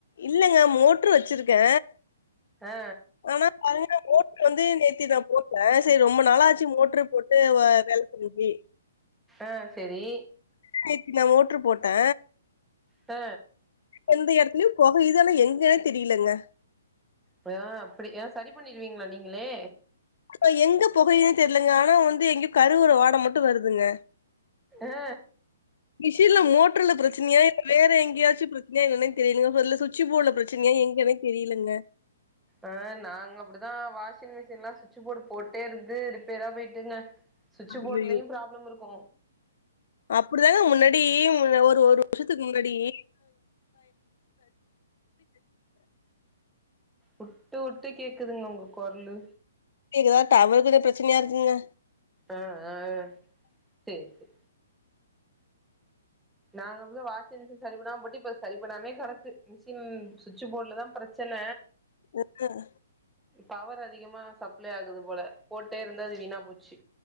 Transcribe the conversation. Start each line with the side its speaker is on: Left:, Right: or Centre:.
Left: இல்லங்க மோட்ரு வச்சிருக்க
Centre: ஆ
Left: ஆனா அந்த மோ ட்ர் வந்து நேத்தி நா போட்ட சேரி ரொம்ம நாளா ஆச்சு மோட்ரு போட்டு வ வேல செஞ்சி
Centre: ஆ சேரி
Left: நேத்தி நா மோட்ரு போட்ட
Centre: ஆ
Left: எந்த எடத்துலயொ பொகைது ஆனா எங்கன்னே தெரியலங்க
Centre: பொயா அப்டி ஆ சரி பண்ணிருவீங்களா நீங்களே
Left: அ எங்க பொகையுதுன் தெர்லங்க ஆனா வந்து எங்கயோ கருவுற வாட மட்டு வருதுங்க
Centre: ஆ
Left: மிஷின்ல மோட்ருல பிரச்சனையா வேற எங்கேயாச்சு பிரச்னையா என்னனே தெரியலங்க பொருல சுவிட்சி போர்ட்ல பிரச்சனையா எங்கேனே தெரியலங்க
Centre: ஆ நாங்க அப்டிதா வாஷிங் மிஷின்லா சுவிட்சு போர்டு போட்டே இருந்து ரிப்பேரா போயிட்டுங்க சுவிட்சு
Left: ஐயய்யோ!
Centre: போர்ட்லயு ப்ராப்ளம் இருக்கு
Left: அப்டிதாங்க முன்னாடி முன்ன ஒரு ஒரு வருஷத்துக்கு முன்னாடி <inaudible>
Centre: வுட்டு வுட்டு கேக்குதுங்க உங்க கொரலு
Left: கேகுதா டவக்கு எது பிரச்சனையா இருக்குங்க
Centre: ஆ ஆ சேரி செர் நாங்க அப்டிதா வாஷிங் மிஷின் சரி பண்ணாம போட்டி இப்ப சரி பண்ணாமே கெடக்கு மிஷின் சுவிட்ச் போர்ட்லதா பிர ச்சன
Left: ஹ் ஹ்
Centre: டவரு அதிகமா சப்ளை ஆகுது போல போட்டே இருந்து அது வீணா போச்சு